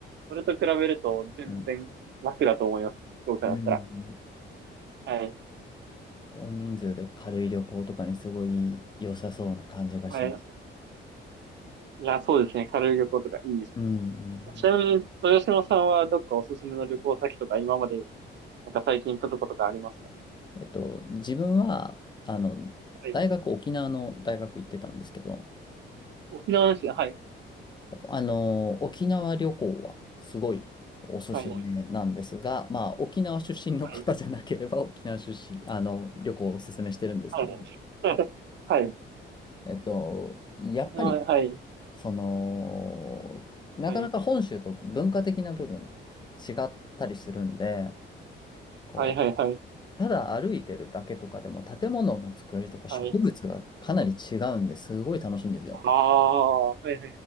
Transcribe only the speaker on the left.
うん。
うん。うん
大人数で軽い旅行とかにすごい良さそうな感じがします
うん。うん
えっと、自分は、あの、
大学、沖縄の大学行ってたんですけど、
あの、沖縄旅行はすごいおすすめなんですが、
まあ、沖縄出身の方じゃなければ、
沖縄出身、あの、旅行をおすすめしてるんですけど、
えっと、やっぱり、
その、なかなか本州と文化的な部分
違ったりするんで、こう、
ただ歩いてるだけとかでも建物の作りとか植物がかなり違うんですごい楽しいんですよ。